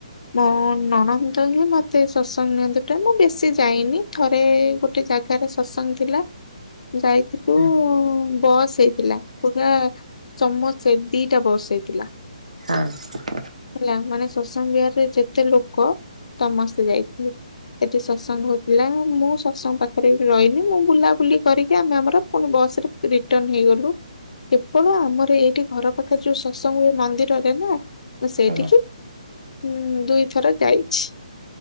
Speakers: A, on the left (about 65°); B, on the right (about 75°).
A: ମୋ ନଣନ୍ଦ ହିଁ ମତେ ସତ୍ସଙ୍ଗ ନିଅନ୍ତି ପ୍ରାୟ, ମୁଁ ବେଶୀ ଯାଇନି। ଥରେ ଗୋଟେ ଜାଗାରେ ସତ୍ସଙ୍ଗ ଥିଲା। ଯାଇଥିଲୁ
B: ହଁ ହଁ,
A: ବସ୍ ହେଇଥିଲା। ପୁରା ସମସ୍ତେ ଦିଟା ବସ୍ ହେଇଥିଲା।
B: ହଁ।
A: ହେଲା ମାନେ ସତ୍ସାଙ୍ଗ ବିହାରରେ ଯେତେ ଲୋକ ସମସ୍ତେ ଯାଇଥିଲେ। ସେଠି ସତ୍ସଙ୍ଗ ହଉଥିଲା ମୁଁ ସତ୍ସଙ୍ଗ ପାଖେରେ ରହିନି, ମୁଁ ବୁଲାବୁଲି <unintelligible> ଆମେ ଆମର ପୁଣି ବସ୍ ରେ ରିଟର୍ନ ହେଇଗଲୁ। କେବଳ ଆମର ଏଇଠି ଘର ପାଖେରେ ଯୋଉ ସତ୍ସଙ୍ଗ ହୁଏ ମନ୍ଦିରରେ ନା, ମୁଁ ସେଇଠିକି
B: ଆଜ୍ଞା
A: ଉଁ ଦୁଇଥର ଯାଇଛି।